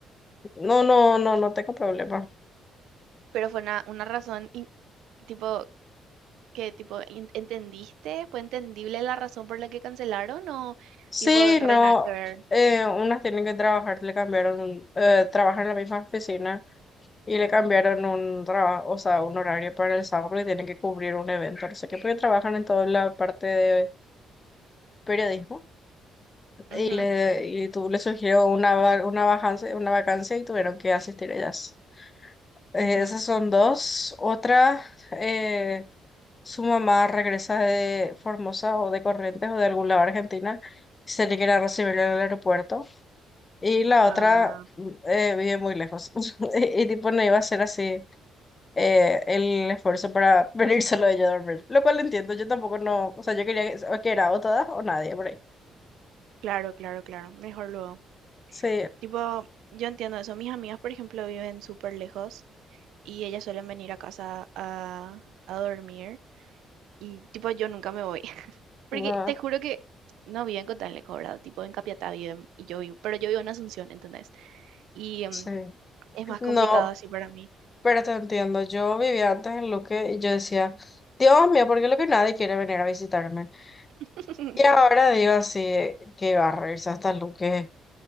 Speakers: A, on the left; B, on the right.
A: no, no, no, no tengo problema.
B: Pero fue una, una razón, in- tipo, que, tipo, in- ¿entendiste? ¿Fue entendible la razón por la que cancelaron o,
A: Sí,
B: tipo, en re
A: no,
B: nada que ver?
A: eh, unas tienen que trabajar, le cambiaron, eh, trabajan en la misma oficina y le cambiaron
B: Mm,
A: un trabajo, o sea, un horario para el sábado y tienen que cubrir un evento, no sé qué, porque trabajan en toda la parte de periodismo.
B: ujú,
A: y, le, y tú le sugirió una, va- una, vacancia, una vacancia y tuvieron que asistir ellas. Eh,
B: ujú.
A: esas son dos. Otra, eh, su mamá regresa de Formosa o de Corrientes o de algún lado de Argentina y se le quiere recibir en el aeropuerto. Y la
B: Ah,
A: otra mm, eh, vive muy lejos <laughs> y, y tipo no iba a ser así. eh, el esfuerzo para <laughs> venir solo de ella a dormir, lo cual entiendo, yo tampoco no, o sea, yo quería que, o que era o todas o nadie por ahí.
B: claro, claro, claro. Mejor luego.
A: Sí,
B: Tipo, yo entiendo eso. Mis amigas, por ejemplo, viven súper lejos y ellas suelen venir a casa a, a dormir y tipo yo nunca me voy. <laughs> Porque
A: no,
B: te juro que no viven con tan lejos, ¿verdad? Tipo en Capiatá viven y yo vivo, pero yo vivo en Asunción, ¿entendés? Y em,
A: sí.
B: es más
A: No,
B: complicado así para mí.
A: pero te entiendo. Yo vivía antes en Luque y yo decía, Dios mío, ¿por qué Luque nadie quiere venir a visitarme?
B: <laughs>
A: Y ahora digo así, que va a reírse hasta Luque.